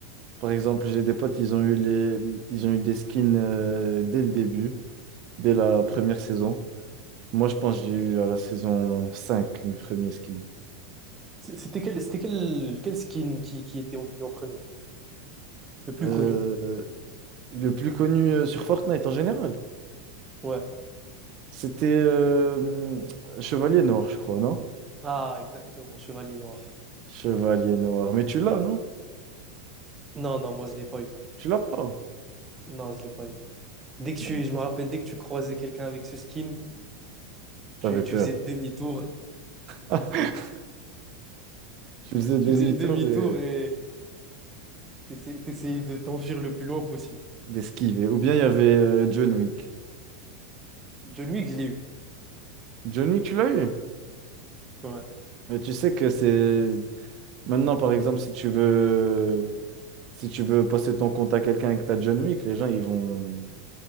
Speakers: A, on the right; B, on the right.
A: Par exemple, j'ai des potes, ils ont eu les... ils ont eu des skins euh, dès le début, dès la première saison. Moi, je pense que j'ai eu à la saison cinq mes premiers skins.
B: C- C'était quel, c'était quel, quel skin qui, qui était venu en premier? Le plus
A: Euh,
B: connu?
A: le plus connu euh, sur Fortnite en général,
B: Ouais.
A: c'était euh, Chevalier Noir, je crois, non?
B: Ah, exactement, Chevalier Noir.
A: Chevalier noir. Mais tu l'as, non?
B: Non, non, moi, je l'ai pas eu.
A: Tu l'as pas.
B: Non, je l'ai pas eu. Dès que tu,
A: Non,
B: je me rappelle, dès que tu croisais quelqu'un avec ce skin,
A: T'avais
B: tu, tu
A: peur.
B: faisais demi-tour. <laughs>
A: <laughs> Tu faisais
B: Tu
A: demi-tour
B: faisais demi-tour
A: et
B: et t'essa- t'essayais de t'enfuir le plus loin possible.
A: d'esquiver. Ou bien il y avait euh, John Wick.
B: John Wick, je l'ai eu.
A: John Wick, tu l'as eu.
B: Ouais,
A: Mais tu sais que c'est. Maintenant, par exemple, si tu veux, si tu veux passer ton compte à quelqu'un avec ta John Wick, les gens, ils vont,